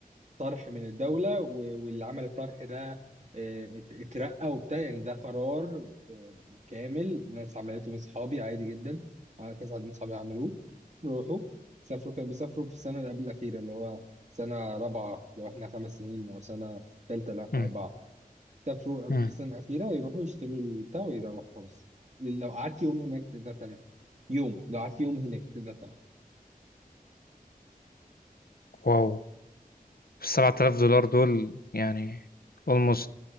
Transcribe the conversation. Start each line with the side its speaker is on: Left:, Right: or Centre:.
Right: طرح من الدولة و- واللي عمل الطرح ده آه، ات- اترقى وبتاع يعني ده قرار آه، كامل ناس عملته من صحابي عادي جدا آه، كذا عدد من صحابي عملوه روحوا سافروا كانوا بيسافروا في السنة اللي قبل الأخيرة اللي هو سنة رابعة لو احنا خمس سنين أو سنة تالتة لو احنا
Left: امم
Right: أربعة سافروا
Left: امم
Right: في السنة الأخيرة يروحوا يشتروا البتاع ويروحوا خلاص لو قعدت يوم هناك تقدر تعمل يوم لو قعدت يوم هناك تقدر تعمل
Left: واو 7000 دولار دول يعني almost